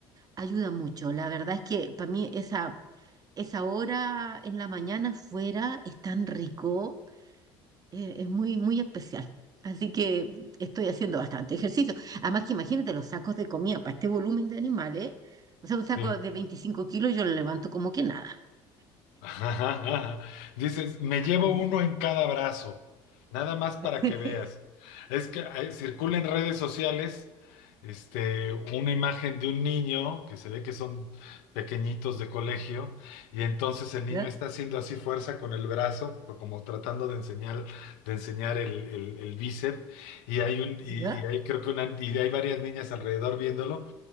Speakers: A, on the right (about 35°); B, on the left (about 85°).
A: ayuda mucho. La verdad es que para mí esa, esa hora en la mañana fuera es tan rico, eh, es muy, muy especial. Así que estoy haciendo bastante ejercicio. Además que imagínate los sacos de comida para este volumen de animales. O sea, un saco
B: Sí.
A: de 25 kilos yo lo levanto como que nada.
B: <laughs> Dices, me llevo
A: Así
B: uno en cada brazo, nada más para
A: que...
B: que veas. Es que eh, circula en redes sociales este, una imagen de un niño que se ve que son pequeñitos de colegio y entonces el
A: <laughs>
B: niño
A: ¿Ya?
B: está haciendo así fuerza con el brazo, co- como tratando de enseñar, de enseñar el, el- el bíceps y hay un, y,
A: ¿Ya?
B: y hay creo que una, y hay varias niñas alrededor viéndolo